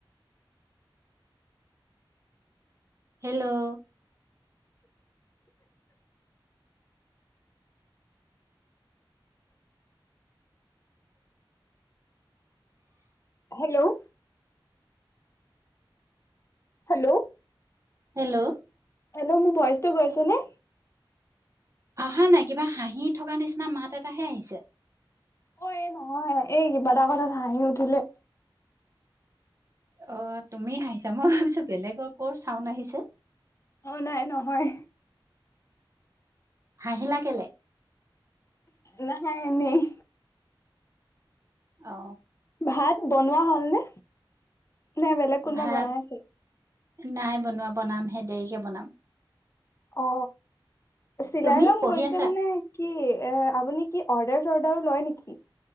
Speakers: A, on the right; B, on the left.
A: hello
B: hello hello
A: hello
B: hello মোৰ ভইচটো গৈছে নে
A: অহা নাই কিবা হাঁহি থকা নিচিনা মাত এটাহে আহিছে
B: অ এই নহয় এই কিবা এটা কথাত হাঁহি উঠিলে
A: অ তুমি হাহিচা মই ভাবিছো বেলেগৰ ক চাউন আহিছে
B: অ নাই নহয়
A: হাঁহিলা কেলে
B: নহয় এনেই।
A: অ
B: ভাত বনোৱা হ'লনেে নাই বেলেগ কোনোবা
A: ভাত
B: বনাই আছে
A: নাই বনোৱা বনামহে দেৰিকে বনাম
B: অ চিলাই
A: তুমি
B: কাম
A: পঢ়ি
B: কৰিছে
A: আছা
B: মানে কি এ আপুনি কি অৰ্ডাৰ চৰ্ডাৰ লয় নেকি